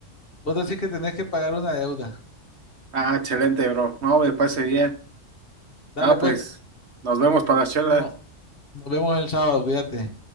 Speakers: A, on the left (about 45°); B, on the right (about 60°).
A: vos decís que tenés que pagar una deuda.
B: Ah, excelente, bro. No, me parece bien.
A: Dale,
B: Ah,
A: pues,
B: pues nos vemos para la charla.
A: no, nos vemos el sábado, cuídate.